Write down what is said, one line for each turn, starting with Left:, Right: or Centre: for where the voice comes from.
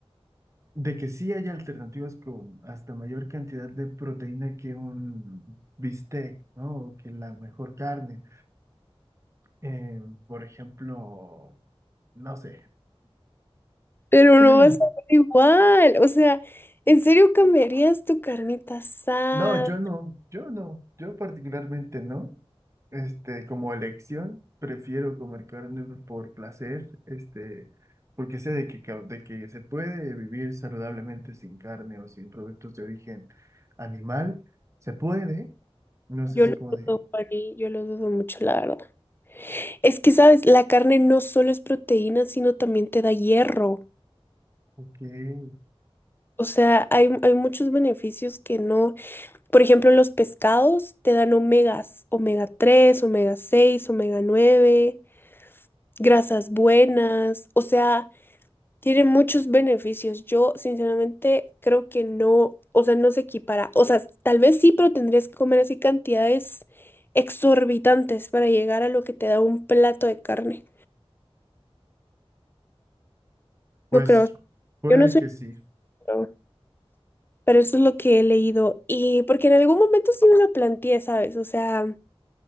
Right: de que sí hay alternativas con hasta mayor cantidad de proteína que un bistec, ¿no? O que la mejor carne. Eh, por ejemplo, no sé.
Left: pero
Right: <laughs>
Left: no vas a ser igual. O sea, ¿en serio cambiarías tu carnita asada?
Right: No, yo no, yo no, yo particularmente no. Este, como elección, prefiero comer carne por placer, este, porque sé de que, ca- de que se puede vivir saludablemente sin carne o sin productos de origen animal, se puede, no sé
Left: Yo
Right: si
Left: lo
Right: como
Left: dudo,
Right: de,
Left: Juani, yo lo dudo mucho, la verdad. Es que, ¿sabes? La carne no solo es proteína, sino también te da hierro.
Right: ok,
Left: O sea, hay, hay muchos beneficios que no. Por ejemplo, los pescados te dan omegas, omega 3 omega 6 omega 9 grasas buenas. O sea, tiene muchos beneficios. Yo, sinceramente, creo que no, o sea, no se equipara. O sea, tal vez sí, pero tendrías que comer así cantidades exorbitantes para llegar a lo que te da un plato de carne.
Right: pues
Left: No creo.
Right: puede
Left: Yo no soy.
Right: que sí.
Left: pro, Pero eso es lo que he leído. Y porque en algún momento sí me lo planteé, ¿sabes? O sea.